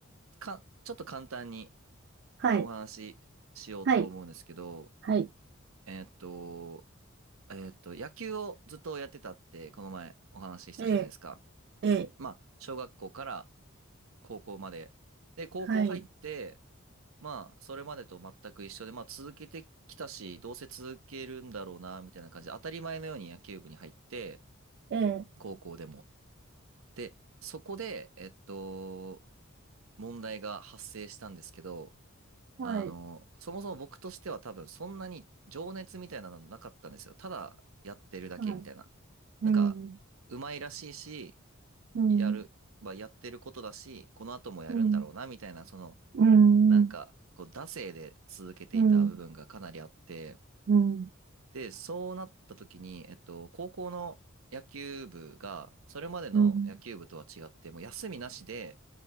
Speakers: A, on the right; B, on the right.
A: か、ちょっと簡単に
B: はい。
A: お話ししようと思うんですけど、
B: はい。はい。
A: えーっと、えーっと、野球をずっとやってたって、この前お話ししたじゃないですか。
B: ええ、ええ、
A: まあ、小学校から高校まで。で、高校入って、
B: はい。
A: まあ、それまでと全く一緒で、まあ、続けてきたし、どうせ続けるんだろうな、みたいな感じで、当たり前のように野球部に入って、
B: ええ、
A: 高校でも。で、そこで、えっと、問題が発生したんですけど、
B: はい。
A: あの、そもそも僕としては多分そんなに情熱みたいなのなかったんですよ。ただやってるだけみたいな。
B: はい。うん、
A: なんか、うまいらしいし、
B: うん、
A: やる、まあ、やってることだし、この後もやるんだろうな、
B: うん、
A: みたいな、その、
B: うん、
A: なんか、こう、惰性で続けていた部分がかなりあって、
B: うん、うん、うん、
A: で、そうなった時に、えっと、高校の野球部が、それまでの野球部とは違って、
B: うん、
A: もう休みなしで、